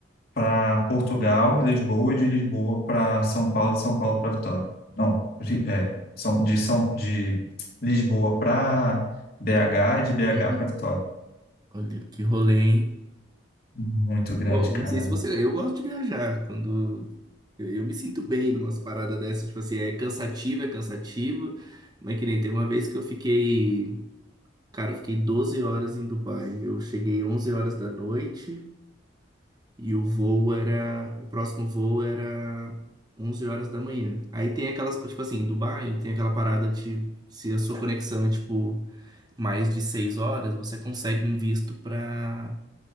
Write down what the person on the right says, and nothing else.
Uhum.
Olha que rolê, hein?
Bom,
não sei se você. Eu gosto de viajar quando. Eu, eu me sinto bem numas paradas dessas. Tipo assim, é cansativo, é cansativo. Mas que nem teve uma vez que eu fiquei. Cara, eu fiquei 12 horas em Dubai. Eu cheguei 11 horas da noite e o voo era. O próximo voo era 11 horas da manhã. Aí tem aquelas. Tipo assim, em Dubai tem aquela parada de. Se a sua conexão é tipo. mais de seis horas, você consegue um visto para